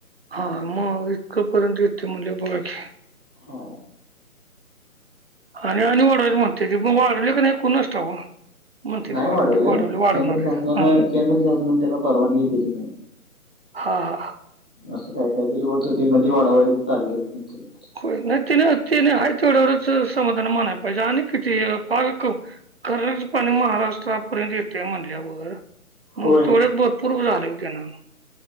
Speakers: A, on the right; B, in the centre.
A: हा मग इतकं पर्यंत येते मग बघा कि
B: हा
A: आणि आणि वाढवायची म्हणत्यात ती ते पण वाढवल की नाही कोणास ठाव? म्हणते
B: नाही
A: ते
B: वाढवले
A: वाढवणार
B: केंद्र
A: आहेत
B: शासनान
A: हा
B: केंद्र- शासनाने त्याला परवानगी दिली नाही.
A: हां, हा,
B: असं काय कायतरी होत, ते म्हणजे वाढवायचं चाललेल त्यांचे
A: होय नाही ति नाही त नाही आहे तेवढ्यावरच समाधाान म मानाय पाहिजे आणि किती पाक खण्याच पाणी महाराष्ट्रापर्यंत येतंय म्हणल्यावर
B: होय.
A: मग तेवढच बघ पूर्ण झाल की त्यांन